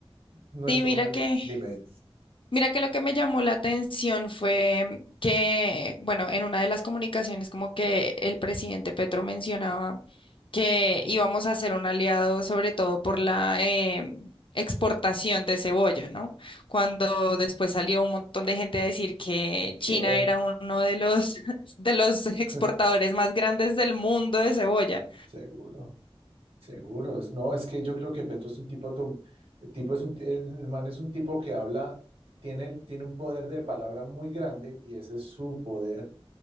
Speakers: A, on the right (about 65°); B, on the left (about 55°).
A: Nuestro
B: sí, mira
A: comercio,
B: que
A: dime,
B: Mira que lo que me llamó la atención fue que, bueno, en una de las comunicaciones como que el presidente Petro mencionaba que íbamos a ser un aliado sobre todo por la eh, exportación de cebolla, ¿no? Cuando después salió un montón de gente a decir que
A: ¿qué?
B: China era uno de los, <laughs> de los exportadores
A: <laughs>
B: más grandes del mundo de cebolla.
A: Seguro. Seguro, es- no, es que yo creo que Petro es un tipo, tom- el tipo es un, el, el man es un tipo que habla, tiene, tiene un poder de palabra muy grande y ese es su poder,